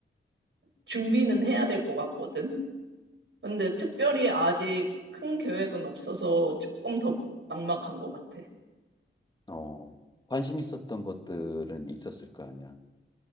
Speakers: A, on the right; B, on the left.
A: 준비는 해야 될 것 같거든? 근데 특별히 아직 큰 계획은 없어서 조금 더 막막한 것 같아.
B: 어 관심 있었던 것들은 있었을 거 아니야